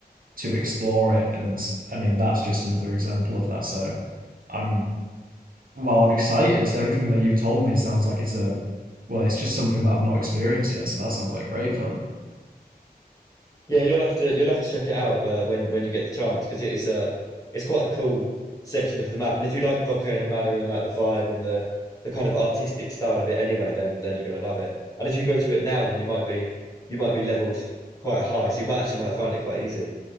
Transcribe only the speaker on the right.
to explore it. And I mean, that's just another example of that. So I'm well, I'm excited. So Everything that you've told me sounds like it's a, well, it's just something that I've not experienced yet. So that sounds like great fun.